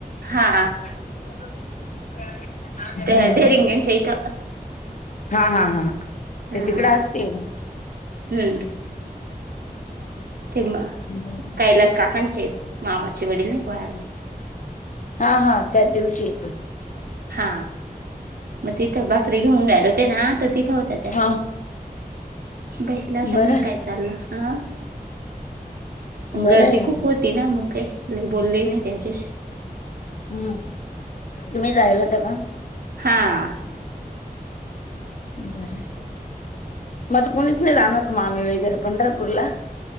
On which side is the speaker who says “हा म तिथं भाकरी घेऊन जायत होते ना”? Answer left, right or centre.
Right